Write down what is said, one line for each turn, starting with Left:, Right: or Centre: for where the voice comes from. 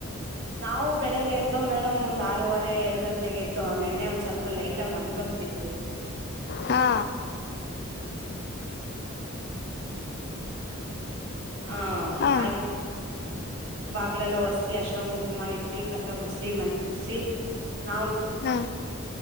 Right: ನಾವು ಬೆಳಿಗ್ಗೆ ಎದ್ದೋ ಮೇಡಮ್ ಒಂದ್ ಆರೂವರೆ ಏಳು ಗಂಟೆಗೆ ಎದ್ದೋ ನಿೆನ್ನೆ ಒಂದ್ ಸ್ವಲ್ಪ ಲೇಟಾಗಿ ಮಣ ಬಂದಿತ್ತು.
Left: ಹಾ.
Right: ಹಾ
Left: ಹಾ
Right: ಹಾಗೆ ಬಾಗ್ಲೆಲ್ಲ ಒರ್ಸಿ ಅರಷ್ಣ ಕುಂಕುಮ ಇಟ್ಟಿ. ಕಸ ಗುಡಸಿ ಮನೆ ಕುಡ್ಸಿ. ನಾವ.
Left: ಹಾ